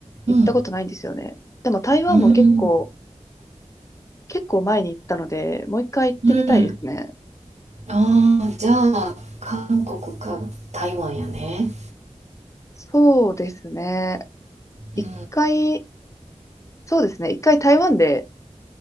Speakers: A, on the left; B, on the right.
A: 行ったことないんですよね。
B: うん。
A: でも台湾も結構、
B: うん。
A: 結構前に行ったので、もう一回行ってみたいですね。
B: うん。ああ、じゃあ、韓国か台湾やね。
A: そうですね。一回、
B: うん
A: そうですね。一回台湾で